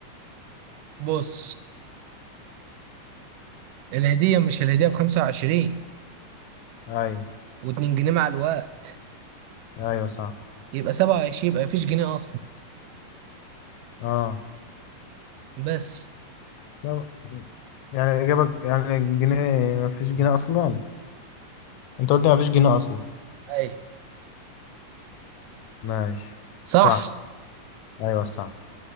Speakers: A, on the right; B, on the left.
A: بص الهدية مش الهدية بخمسة وعشرين
B: أيوة
A: واتنين جنيه مع الوقت
B: أيوة صح
A: يبقى سبعة وعشرين يبقى مفيش جنيه أصلا
B: اه
A: بس
B: لا، يعني إجابة يعني جنيه مفيش جنيه أصلا أنت قلت مفيش جنيه أصلا
A: أي
B: ماشي
A: صح
B: صح أيوه صح